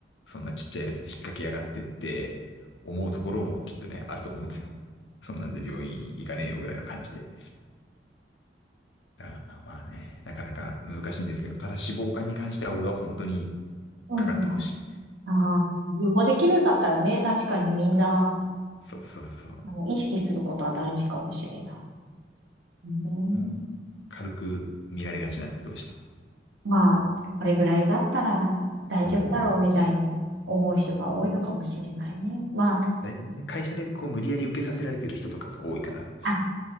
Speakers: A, on the left; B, on the right.
A: う、そんなちっちゃいやつで引っ掛けやがってって思うところもきっとね、あると思うんですよ。そんなんで病院行かねえよぐらいの感じで。だからまあね、なかなか難しいんですけど、ただ脂肪肝に関しては俺は本当に
B: うんうん。
A: かかってほしい。
B: ああ、予防できるんだったらね、確かにみんな、
A: うーそうそうそう。
B: あの、意識することは大事かもしれない。うん
A: うんもう、軽く見られがちなんで、どうしても。
B: まあ、これぐらいだったら大丈夫だろうみたいに思う人が多いのかもしれないね。
A: うんうんそう
B: ま
A: でね会社でこう無理やり受けさせられてる人とかが多いから、
B: あ、あ、